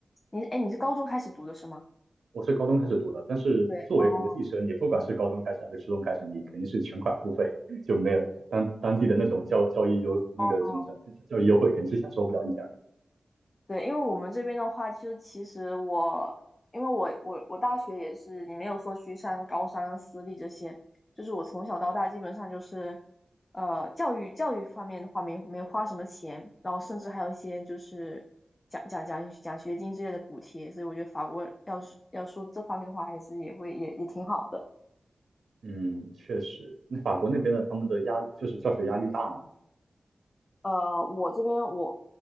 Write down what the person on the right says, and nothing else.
我是高中开始读的，但是作为国际生，
你不管是高中开始还是初中开始，你肯定是全款付费，<laughs> 就没有当当地的那种教教育优那个怎么讲，
教教育优惠，肯定是享受不了一点儿。
嗯，确实，那法国那边的他们的压就是教学压力大嘛。